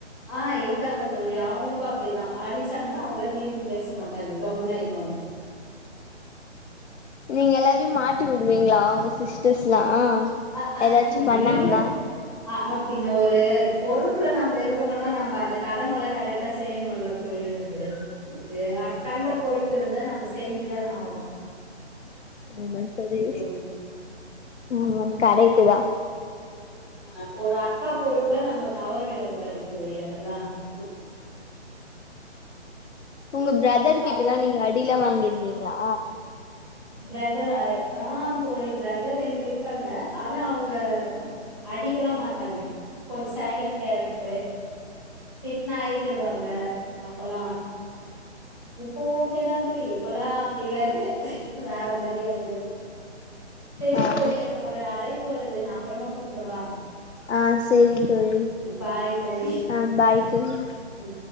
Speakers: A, in the centre; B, on the left.
A: ஆ இருக்காங்க தோழி அவுங்களுக்கு அப்டிதா அடி வெச்சாங்கன்னா அவுங்களே திருப்பி பேச மாட்டாங்க மூணாயிர்பாங்க
B: நீங்க எல்லாரயு மாட்டி விடுவீங்களா உங்க சிஸ்டர்ஸ்லா
A: அ
B: ஏதாச்சு பண்ணாங்கன்னா?
A: இல்ல ஆ பின்ன ஒரு பொறுப்புல நம்ம இருக்குறோனா நம்ம அந்த கடமல கரெக்டா செய்யணுல்ல தோழி அது அக்கான்ற பொறுப்பு இருந்தா நம்ம செஞ்சுதான ஆவணோ
B: அதெல்லா செரி
A: தோழி
B: ஆ கரேட்டு தா
A: ஆ ஒரு அக்கா பொறுப்ப நம்ம தவற விட கூடாது தோழி அதலா <unintelligible>
B: உங்க ப்ரதர்
A: ஆ
B: கிட்டலா நீங்க அடியெலா வாங்கி ருக்கீங்களா
A: ப்ரதரா ஆ தோழி ப்ரதர் எனக்கு இருக்காங்க ஆனா அவுங்க அடிக்கலா மாட்டாங்க கொஞ்சோ சைலன்டு கேரக்டரு திட்னா அழ்திருவாங்க. இப்பல்லா இப்போ ஓகேதா தோழி இப்பல்லா அப்டிலா இல்ல வேற மாரி ஆயிடுச்சு செரித்தொழி
B: ஆ
A: எனக்கு ஒரு அழைப் போறது நான் அப்பறமா கூப்டவா
B: ஆஹ் செரி தோழி
A: பாய் தோழி
B: ஆஹ் பாய் தோழி
A: ம்